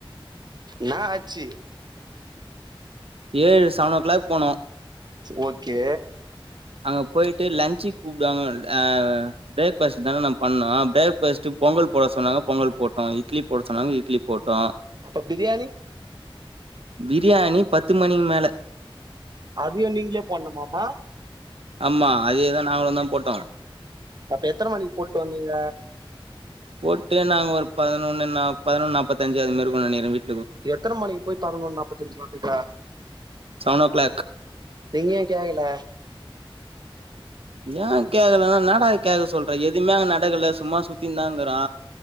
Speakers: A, on the right; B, on the right.
A: நா ஆச்சி
B: ஏழு சவன் ஓ க்ளாக் போனோ
A: ஓகே
B: அங்க போயிட்டு லஞ்சுக் கூப்டுவாங்க் ஆ ப்ரேக்ஃபஸ்டு தான நம் பண்ணோ ப்ரேக்ஃபஸ்ட்டு பொங்குல் போட சொன்னாங்க பொங்கல் போட்டோ இட்லி போட சொன்னாங்க இட்லி போட்டோ
A: அப்ப பிரியாணி
B: பிரியாணி பத்து மணிக் மேல
A: அதியு நீங்ளே பண்ணுமாமா
B: ஆமா அதேதா நாங்களுதா போட்டோ
A: அப்ப எத்தன மணிக் போட்டு வந்தீங்க
B: போட்டு நாங் ஒரு பதனொன்னு நா பதுனொன் நாப்பத்தஞ்சு அது மேர்ருக்கு நெனக்ர வீ
A: எத்தன மணிக் போய் பதனொன் நாப்பத்தஞ்சுக் வந்தீங்க
B: செவன் ஓ கிளாக்
A: நீங்க ஏ கேகல
B: யா கேக்கலனா ன்னடா கேக சொல்ற எதுமே அங்க நடக்கல சும்மா சுத்தின்தாங்குரா